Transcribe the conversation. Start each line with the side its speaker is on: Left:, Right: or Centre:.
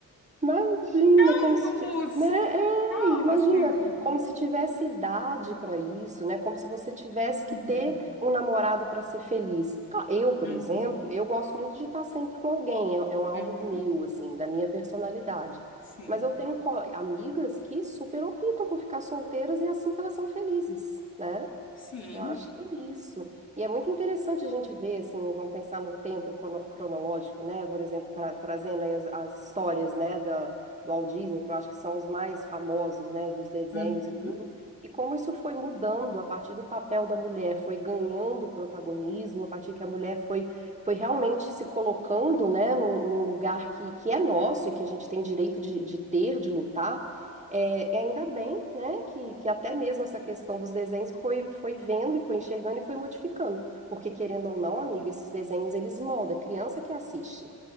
Right: Imagina
Left: tenho,
Right: como se,
Left: <laughs> amor.
Right: tis- né? É,
Left: Calma,
Right: imagina
Left: senhor.
Right: como se tivesse idade para isso, né? Como se você tivesse que
Left: Uhum,
Right: ter um namorado para ser feliz. Ca- Eu, por
Left: uhum,
Right: exemplo, eu gosto muito de estar sempre com alguém, é, é um algo
Left: uhum,
Right: meu, assim, da minha personalidade.
Left: sim,
Right: Mas eu tenho co- amigas que super optam por ficar solteiras e é assim que elas são felizes, né?
Left: sim,
Right: Eu acho que é isso. E é muito interessante a gente ver, assim, vamos pensar no tempo crono- cronológico, né? Por exemplo, tra- trazendo aí as, as histórias, né, da, do Walt Disney, que eu acho que são os mais famosos, né, dos desenhos
Left: uhum,
Right: e tudo. E como isso foi mudando a partir do papel da mulher, foi ganhando protagonismo, a partir que a mulher foi, foi realmente se colocando, né, num, num lugar que, que é nosso e que a gente tem direito de, de ter, de lutar. É, e ainda bem, né, que, que até mesmo essa questão dos desenhos foi, foi vendo e foi enxergando e foi modificando. Porque, querendo ou não, amiga, esses desenhos eles moldam, a criança que assiste.